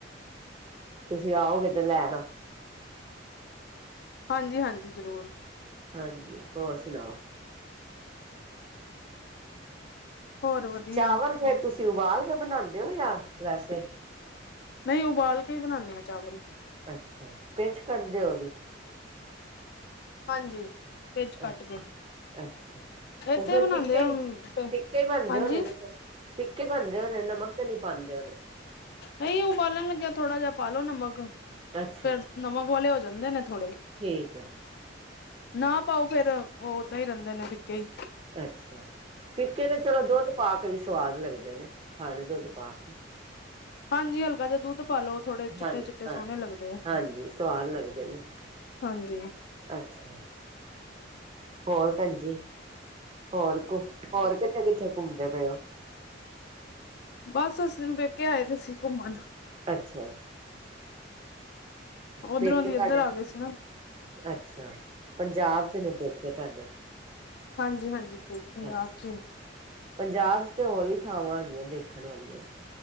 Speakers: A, on the right; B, on the left.
A: ਤੁਸੀਂ ਆਓਗੇ ਤੇ ਲੈ ਆਣਾ।
B: ਹਾਂਜੀ-ਹਾਂਜੀ, ਜ਼ਰੂਰ।
A: ਹਾਂਜੀ, ਹੋਰ ਸੁਣਾਓ?
B: ਹੋਰ ਵਧੀਆ
A: ਚਾਵਲ ਫੇਰ, ਤੁਸੀਂ ਉਬਾਲ ਕੇ ਬਣਾਂਦੇ ਓ, ਜਾਂ ਵੈਸੇ
B: ਨਈ, ਉਬਾਲ ਕੇ ਈ ਬਣਾਨੇ ਆਂ ਚਾਵਲ।
A: ਅੱਛਾ, ਪਿਛ ਕੱਢਦੇ ਓ, ਓਦੀ।
B: ਹਾਂਜੀ। ਵਿੱਚ ਕੱਟ
A: ਅੱਛਾ-ਅੱਛਾ
B: ਕੇ ਇੱਥੇ
A: ਉ ਫੇਰ
B: ਬਣਾਉਂਦੇ
A: ਫਿੱਕੇ
B: ਹੁਣ
A: ਈ, ਫਿੱਕੇ ਈ ਬਣਦੇ
B: ਹਾਂਜੀ
A: ਹੋਣੇ ਨੇ ਫੇਰ। ਫਿੱਕੇ ਈ ਬਣਦੇ ਹੋਣੇ ਨਮਕ ਤੇ ਨੀ ਪਾਂਦੇ ਹੋਣੇ।
B: ਨਈ, ਉਬਾਲਣ ਲੱਗਿਆ ਥੋੜਾ ਜੇਆ ਪਾਲੋ ਨਮਕ,
A: ਅੱਛਾ
B: ਫੇਰ ਨਮਕ ਵਾਲੇ ਹੋ ਜਾਂਦੇ ਨੇ ਥੋੜੇ।
A: ਠੀਕ ਹੈ
B: ਨਾ ਪਾਓ ਫੇਰ, ਓ ਓਦਾਂ ਈ ਰੈਂਦੇ ਨੇ ਫਿੱਕੇ ਈ।
A: ਅੱਛਾ, ਫਿੱਕੇ ਤੇ ਚਲੋ ਦੁੱਧ ਪਾ ਕੇ ਵੀ ਸਵਾਦ ਲੱਗਦੇ ਨੇ, ਖਾਲੋ ਦੁੱਧ ਪਾ ਕੇ।
B: ਹਾਂਜੀ ਹਲਕਾ ਜਾ ਦੁੱਧ ਪਾ ਲੋ ਥੋੜੇ ਚਿੱਟੇ
A: ਹਾਂਜੀ
B: ਚਿੱਟੇ ਸੋਹਣੇ
A: ਹਾਂ
B: ਲੱਗਦੇ ਆ
A: ਹਾਂਜੀ ਸਵਾਦ ਲੱਗਦੇ ਨੇ
B: ਹਾਂਜੀ
A: ਅੱਛਾ ਹੋਰ ਭੈਣਜੀ ਹੋਰ ਕੁ ਹੋਰ ਕਿੱਥੇ ਕਿੱਥੇ ਘੁੰਮਦੇ ਪਏ ਓ
B: ਬਸ ਅਸੀਂ ਪੇਕੇ ਆਏ ਤੁ ਸੀ ਘੁੰਮਣ
A: ਅੱਛਾ, ਅੱਛਾ
B: ਉਧਰੋਂ
A: ਪੇਕੇ
B: ਦੀ ਇੱਧਰ
A: ਤਾੱਡੇ
B: ਆ ਗਏ ਸੀ ਨਾ
A: ਅੱਛਾ ਪੰਜਾਬ ਚ ਨੇ ਪੇਕੇ ਤਾੱਡੇ।
B: ਹਾਂਜੀ-ਹਾਂਜੀ, ਪੰਜਾਬ
A: ਅੱਛਾ
B: ਚ ਹੀ ਨੇ।
A: ਪੰਜਾਬ ਚ ਤੇ ਹੋਰ ਹੀ ਥਾਵਾਂ ਹੈਗੀਆਂ ਦੇਖਣ ਵਾਲੀਆਂ।